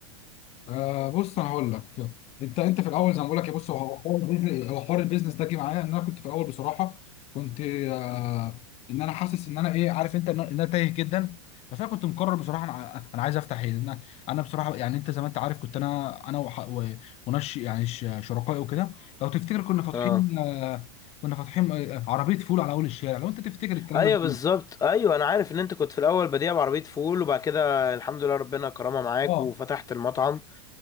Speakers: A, on the left; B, on the left.
A: آه بص انا هقول لك انت انت في الاول زي ما بقول لك يا بص هو حوار البيزنس- هو حوار البيزنس ده جه معايا ان انا كنت في الاول بصراحه كنت آه ان انا حاسس ان انا ايه عارف انت ان انا إن أنا تايه جدا بس انا كنت مقرر بصراحه انا ع- انا عايز افتح ايه انا انا بصراحه يعني انت زي ما انت عارف كنت انا انا وح- و- ونش يعني ش- شركائي وكده لو تفتكر كنا فاتحين
B: اه
A: آه كنا فاتحين آه، عربيه فول على اول الشارع لو انت تفتكر الكلام
B: ايوه
A: ده
B: بالظبط ايوه انا عارف ان انت كنت في الاول بديع بعربيه فول وبعد كده الحمد لله ربنا كرمها معاك
A: اه
B: وفتحت المطعم